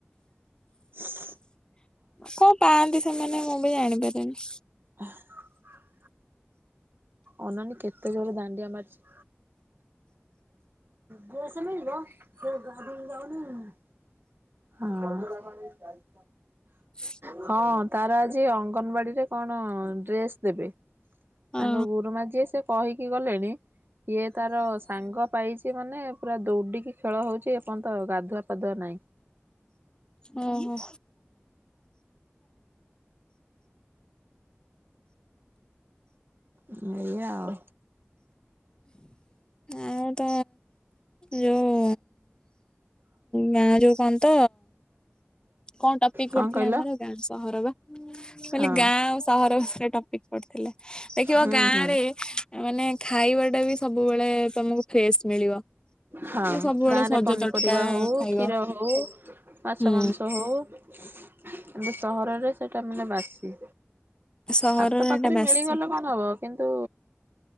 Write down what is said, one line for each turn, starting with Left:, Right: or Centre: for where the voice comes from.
Right: <inaudible>
Left: କଅଁ ପାଆନ୍ତି ସେମାନେ ମୁଁ ବି ଜାଣିପାରେନି।
Right: ହ <unintelligible> ଅନାନି କେତେ ଜୋର ଦାଣ୍ଡିଆ ମାରିଚି। ଡ୍ରେସ୍ ମିଳିବ ଗାଧେଇକି ଯାଉ ନି। ହଁ।
Left: ହ <unintelligible>
Right: ହଁ ତାର ଆଜି ଅଙ୍ଗନବାଡି ରେ କଣ ଡ୍ରେସ ଦେବେ।
Left: ହଁ
Right: ତାଙ୍କ ଗୁରୁମା ଯିଏ ସେ କହିକି ଗଲେଣି ଇଏ ତାର ସାଙ୍ଗ ପାଇଛି ମାନେ ପୁରା ଦୌଡ଼ିକି ଖେଳ ହଉଛି ଏପର୍ଯ୍ୟନ୍ତ ଗାଧୁଆ ପାଧୁଆ ନାହିଁ।
Left: ଓ ହୋ।
Right: ଏଇଆ ଆଉ।
Left: ଆଉ ତ ଯୋଉ ଗାଁ ଯୋଉ କହ ତ କଅଁଟପିକ
Right: କଣ
Left: ପଡିଥିଲା
Right: କହିଲ
Left: ଆମର। ଗାଁ ସହର ବା କ
Right: ହଁ
Left: ଗାଁ ଆଉ ସହର ଟପିକ ପଡିିଥିଲା। ଦେଖିବ
Right: ହୁଁ
Left: ଗାଁ
Right: ହୁଁ
Left: ରେ ମାନେ ଖାଇବା ଟା ସବୁବେଳେ ତମକୁ ଫ୍ରେଶ ମିଳିବ।
Right: ହଁ
Left: ମାନେ ସବୁବେଳେ
Right: ଗାଁ
Left: ସଜ
Right: ରେ, ପନିପରିବା,
Left: ତଟକା
Right: ହଉ,
Left: ଖାଇବ
Right: କ୍ଷୀର, ହଉ, ମାଛ,
Left: ହୁଁ
Right: ମାଂସ ହଉ କିନ୍ତୁ ସହରରେ ସେଟା ମାନେ ବାସି।
Left: ସହରରେ
Right: ହାତ ପାଖରେ
Left: ଏଟା ବାସି
Right: ମିଳିଗଲେ କଣ ହବ କିନ୍ତୁ